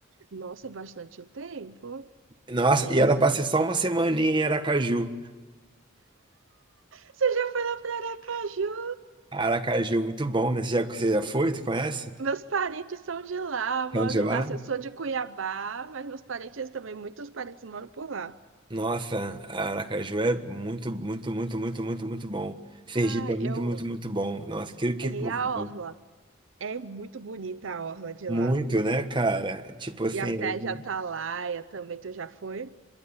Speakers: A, on the right; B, on the right.
A: Nossa, é bastante o tempo.
B: Nossa,
A: Três
B: e era pra
A: anos.
B: ser só uma semaninha em Aracaju.
A: Você já foi lá para Aracaju?
B: Aracaju, muito bom, né? Você já, você já foi? Tu conhece?
A: Meus parentes são de lá, moram
B: É onde é lá?
A: lá. Assim, eu sou de Cuiabá, mas meus parentes também, muitos parentes moram por lá.
B: Nossa, Aracaju é muito, muito, muito, muito, muito, muito bom. Sergipe
A: Ah,
B: é muito,
A: eu
B: muito,
A: amo.
B: muito bom. Nossa, que, que
A: E
B: povo
A: a orla?
B: bom.
A: É muito bonita a orla de
B: Muito,
A: lá.
B: né, cara? Tipo assim,
A: E a praia de Atalaia também, tu já foi?